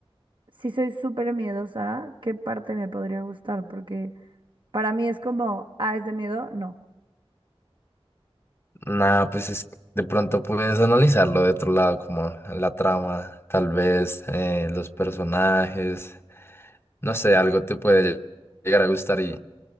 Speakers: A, on the right; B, on the left.
A: si soy súper miedosa, ¿qué parte me podría gustar? Porque Para mí es como, ah, ¿es de miedo? No.
B: Nada, pues es, de pronto puedes analizarlo de otro lado, como la trama, tal vez eh, los personajes, no sé, algo te puede llegar a gustar y